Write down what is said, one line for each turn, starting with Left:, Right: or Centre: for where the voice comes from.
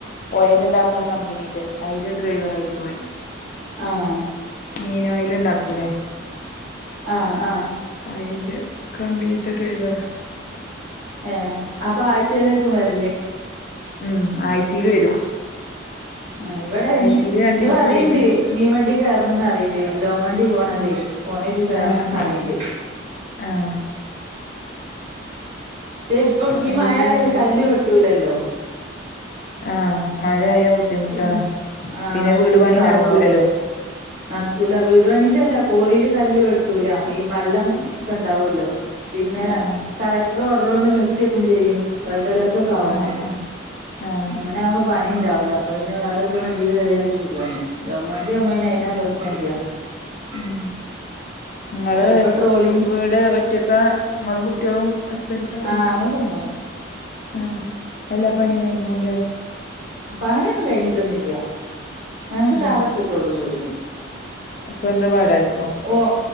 Left: ഓയല് ഉണ്ടാക്കണ കമ്പനി ഇണ്ട് അതില് ഡ്രൈവർ ആയിട്ട് പോയി
Right: ആഹ്
Left: മീനോയല് ഉണ്ടാക്കൂല്ലേ
Right: ആഹ് ആഹ്
Left: അയിന്റെ കമ്പിനിത്തെ ഡ്രൈവറാ
Right: ഏഹ് അപ്പൊ ആഴ്ചയിലേക്കും വരല്ല്
Left: ഉം ആഴ്ച്ചയില് വരും
Right: ആ ഇവിടെ
Left: ആഴ്ചയില്
Right: ഇ
Left: രണ്ടീസം
Right: ഇത് പറയ്ണ്ട്
Left: ഒരീസം ലീവ്
Right: മീൻ വണ്ടി കായറണം എന്ന് പറിയണ്ട് ലോങ് വണ്ടി പോണത് പോണൽ കായ
Left: ആഹ്
Right: റണം ന്ന് പറിയിണ്ട്
Left: ആഹ്
Right: മറ്റേ ഇപ്പം ഈ
Left: അയില്
Right: മഴ
Left: പോയാ
Right: ആയാല് കല്ല് വെട്ടൂലല്ലോ
Left: ആഹ് മഴ ആയാല് ബുദ്ധിമുട്ടാണ്
Right: പിന്നെ ആ
Left: പിന്നെ
Right: ബുദ്ധിമുട്ടാവും
Left: വീട് പണി നടക്കൂലല്ലോ
Right: അപ്പൊ നടക്കൂല വീട് പണിന്റെ അല്ല കോറിൽ കല്ല് വെട്ടൂല ഈ വെള്ളം ഒക്കെ ഉണ്ടാവല്ലോ പിന്നെ
Left: ആഹ്
Right: കളക്ടർ ഓർഡർ കൊണ്ട് നിർത്തിയെക്കും ചെയ്യും റെഡ് അലേർട്ട ഒക്കെ ആകുമ്പോ
Left: ആഹ് ആഹ്
Right: അങ്ങനെ ആകുമ്പോൾ പണി ഉണ്ടാവൂല അപ്പം അയ്ന്ന് വേറെ എതേ വണ്ടി കയറിയാല്
Left: ആഹ്
Right: സുഖാണ് ലോങ്ങ് വണ്ടി ആണേല് അയിന് പ്രശ്നം ഇല്ല <inaudible>
Left: ഉം ഇങ്ങള്
Right: ഇപ്പൊ ട്രോളിങ്
Left: വീട് ഒറ്റക്കാ ഇങ്ങളും കുട്ടികളും ഹസ്ബൻഡ് മാത്രം
Right: ആഹ് ഞങ്ങള് സ്വന്തം
Left: ആഹ് എല്ലാ പണിയും കഴിഞ്ഞോല്ലേ
Right: പണിയൊന്നും കഴിഞ്ഞിട്ടൊന്നും ഇല്ല ഞങ്ങക്ക്
Left: ആഹ്
Right: തറ ഇട്ടിട്ടെള്ളൂ വീടിന്
Left: ഇപ്പൊ എന്താ വാടകക്കോ?
Right: ഓഹ്